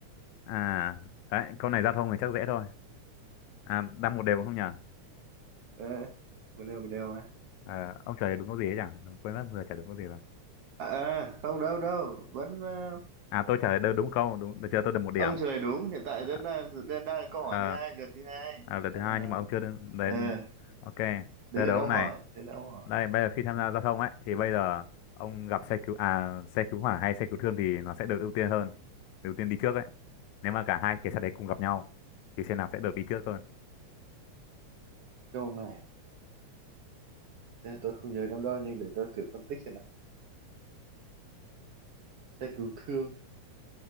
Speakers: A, on the left; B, on the right.
A: à đấy câu này giao thông thì chắc dễ thôi à đang một đều không nhờ
B: Ờ, một đều một đều mà
A: à, ông trả lời đúng câu gì ấy chẳng quên mất vừa trả lời đúng câu gì rồi
B: à, à, không đâu đâu vẫn ờ,
A: à tôi trả lời đúng đúng câu đúng được chưa tôi được một điểm
B: ông trả lời đúng hiện tại
A: à,
B: vẫn đang đang đang là câu
A: à,
B: hỏi thứ hai lượt thứ hai
A: à, lần
B: đang
A: thứ hai
B: là
A: nhưng mà ông chưa đến đấy
B: ờ
A: ok
B: đến
A: tôi
B: lượt
A: đố ông
B: ông
A: này
B: hỏi đến lượt ông hỏi
A: đây bây giờ khi tham
B: ừ.
A: gia giao thông ấy thì bây giờ ông gặp xe cứu à xe cứu hỏa hay xe cứu thương thì nó sẽ được ưu tiên hơn được ưu tiên đi trước ấy nếu mà cả hai cái xe đấy cùng gặp nhau thì xe nào sẽ được đi trước hơn
B: câu này thế tôi không nhớ lắm đâu nhưng để tôi thử phân tích xem nào xe cứu thương